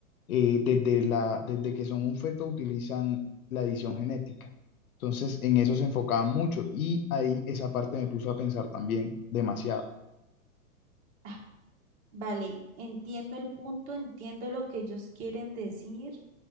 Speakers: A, on the left; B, on the right.
A: eh, desde la, desde que son un feto utilizan la edición genética. Entonces, en eso se enfocaban mucho y ahí esa parte me puso a pensar también demasiado.
B: Ah, vale, entiendo el punto, entiendo lo que ellos quieren decir.